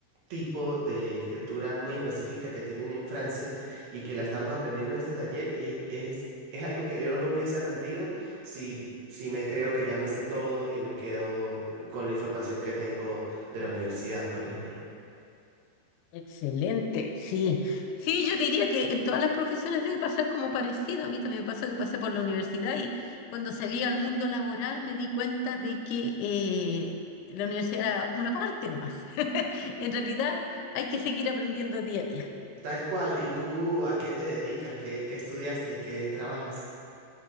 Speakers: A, on the right; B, on the left.
A: tipo de escritura muy específica que tienen en Francia y que la estamos aprendiendo en este taller y es, es algo que yo no lo hubiese aprendido si, si me creo que ya me sé todo y me quedo con la información que tengo de la universidad, por ejemplo.
B: excelente, sí. Sí, yo diría que en todas las profesiones debe pasar como parecido. A mí también me pasó que pasé por la universidad y cuando salí al mundo laboral me di cuenta de que eh, la universidad era una parte nomás. <laughs> En realidad hay que seguir aprendiendo día a día.
A: Tal cual, ¿y tú a qué te dedicas? ¿Qué, qué estudiaste? ¿Qué trabajas?